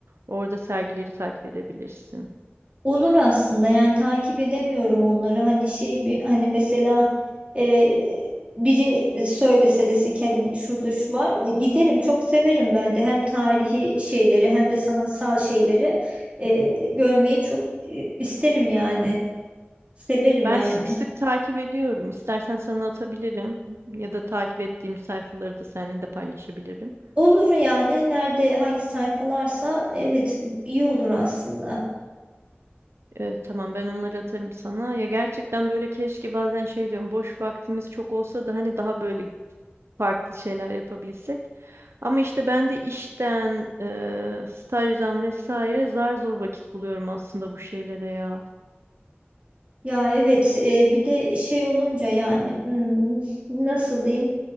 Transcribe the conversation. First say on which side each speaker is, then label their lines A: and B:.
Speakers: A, on the right; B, on the right.
A: Orada sergileri takip edebilirsin.
B: olur aslında yani takip edemiyorum onları. Hani şey bir hani mesela eee, biri e, söylese dese ki hani şurada şu var. E, giderim çok severim ben de hem tarihi şeyleri hem de sanatsal şeyleri eee, görmeyi çok e, isterim yani. Severim
A: Ben
B: yani.
A: sık sık takip ediyorum. İstersen sana atabilirim ya da takip ettiğim sayfaları da seninle de paylaşabilirim.
B: Olur yani nerede hangi sayfalarsa evet iyi olur aslında.
A: Ee, tamam ben onları atarım sana. Ya gerçekten böyle keşke bazen şey diyorum boş vaktimiz çok olsa da hani daha böyle farklı şeyler yapabilsek. Ama işte ben de işten, e, stajdan vesaire zar zor vakit buluyorum aslında bu şeylere ya.
B: Ya evet e, bir de şey olunca yani hmm, nasıl diyeyim